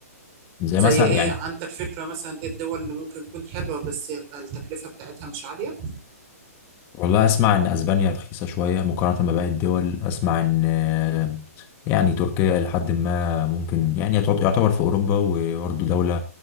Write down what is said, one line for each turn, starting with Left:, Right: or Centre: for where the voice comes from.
Left: زي
Right: زي
Left: مثلا
Right: ايه
Left: يعني
Right: عندك فكرة مثلا ايه الدول اللي ممكن تكون حلوة بس يبقى التكلفة بتاعتها مش عالية
Left: والله أسمع إن أسبانيا رخيصة شوية مقارنة بباقي الدول أسمع إن آه، يعني تركيا إلى حد ما ممكن يعني يعتبر في أوروبا وبرضه دولة